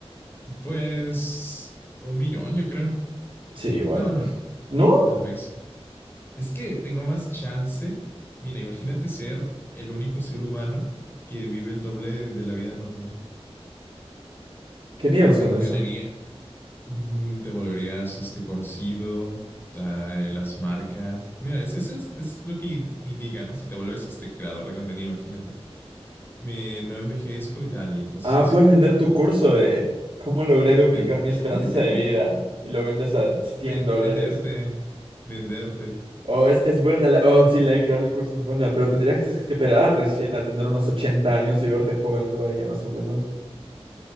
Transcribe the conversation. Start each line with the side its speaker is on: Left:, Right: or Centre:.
Left: Pues un millón, yo creo.
Right: Sí, igual.
Left: No, no.
Right: ¿No?
Left: O tal vez sí. Es que tengo más chance. Mira, imagínate ser el único ser humano que vive el doble de la vida normal.
Right: ¿Querías
Left: Es,
Right: con eso?
Left: ganaría, Mm, Te volverías este, conocido, la- eh, las marcas. Mira, es, es, es, es lo que in- indica, ¿no? Si te vuelves este creador de contenido, imagínate. Me, no envejezco y tal, y cosas
Right: Ah,
Left: así,
Right: puedes vender
Left: ¿sabes?
Right: tu curso de cómo logré duplicar
Left: Ven-
Right: mi
Left: <laughs>
Right: esperanza de vida y lo vendes a 100
Left: ven-
Right: dólares.
Left: venderte, venderte.
Right: Oh, es, es buena la... Oh, sí, la de crear el curso es buena, pero tendrías que esperar recién a tener unos 80 años y verte joven todavía, más o menos.